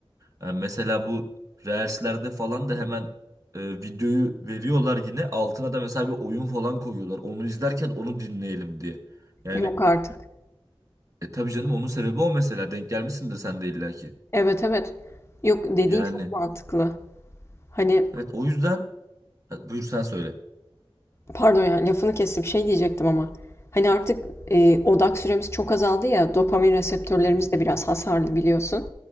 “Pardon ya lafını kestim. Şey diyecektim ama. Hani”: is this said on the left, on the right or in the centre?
Left